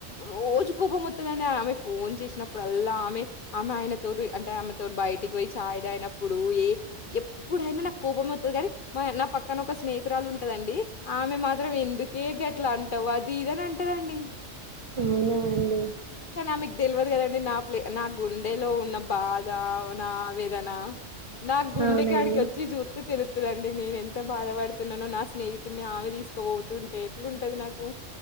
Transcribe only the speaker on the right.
అవునా అండి
అవునండి